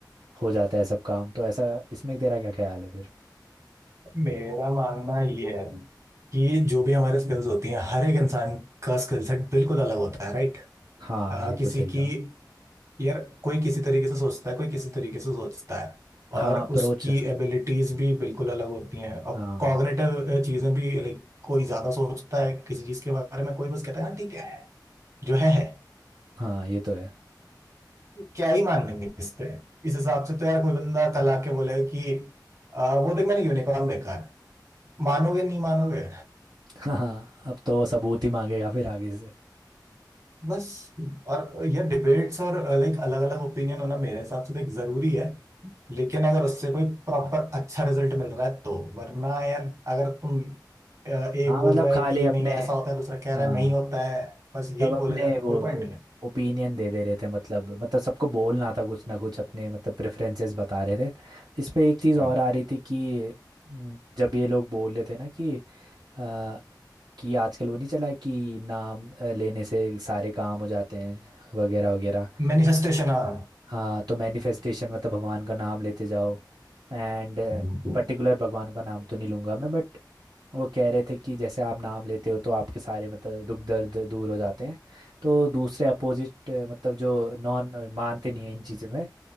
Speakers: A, on the right (about 65°); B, on the right (about 40°).
A: हो जाता है सब काम तो ऐसा इसमें तेरा क्या ख्याल है फिर
B: मेरा मानना ये है कि जो भी हमारे स्किल्स होती हैं हर एक इंसान का स्किल सेट बिल्कुल अलग होता है राइट
A: हाँ ये तो
B: किसी
A: सही कहा
B: की यार कोई किसी तरीके से सोचता है कोई किसी तरीके से सोचता है
A: हाँ
B: और
A: अप्रोच
B: उसकी एबिलिटीज भी बिल्कुल अलग होती हैं अब
A: हाँ
B: कॉग्निटिव चीजें भी लाइक कोई ज्यादा सोचता है किसी चीज के बारे में कोई बस कहता है हाँ ठीक है जो है है
A: हाँ ये तो है
B: क्या ही मान लेंगे इस पे इस हिसाब से तो यार कोई बंदा कल आके बोलेगा कि "आ, वो देख मैंने यूनिकॉर्न देखा है मानोगे नहीं मानोगे
A: <laughs> हाँ अब तो वो सबूत ही मांगेगा फिर आगे से
B: बस और ये डिबेट्स और लाइक अलग अलग ओपिनियन होना मेरे हिसाब से देख जरूरी है लेकिन अगर उससे कोई प्रॉपर अच्छा रिजल्ट मिल रहा है तो वरना यार अगर तुम अ, एक
A: हाँ
B: बोल
A: मतलब
B: रहा
A: खाली
B: है कि
A: अपने
B: नहीं ऐसा होता है दूसरा कह
A: हाँ
B: रहा है नहीं होता है बस यही
A: सब
B: बोले
A: अपने
B: जा रहा है,
A: वो
B: कोई पॉइंट नहीं
A: ओपिनियन दे दे रहे थे मतलब मतलब सबको बोलना था कुछ ना कुछ अपने मतलब प्रेफरेंसेस बता रहे थे इस पे एक चीज़
B: है
A: और आ रही थी कि हम्म, जब ये लोग बोल रहे थे ना कि अ, कि आजकल वो नहीं चला है कि नाम अ, लेने से सारे काम हो जाते हैं वगैरह वगैरह
B: मैनिफेस्टेशन हाँ
A: हाँ तो मैनिफेस्टेशन मतलब भगवान का नाम लेते जाओ एंड
B: हम्म।
A: पर्टिकुलर भगवान का नाम तो नहीं लूंगा मैं बट वो कह रहे थे कि जैसे आप नाम लेते हो तो आपके सारे मतलब दुख दर्द दूर हो जाते हैं तो दूसरे अपोजिट मतलब जो नॉन मानते नहीं है इन चीज़ों में